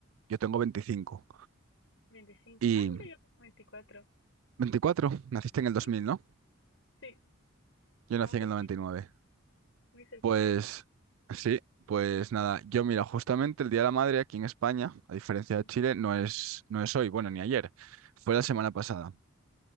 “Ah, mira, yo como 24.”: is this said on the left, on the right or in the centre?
Left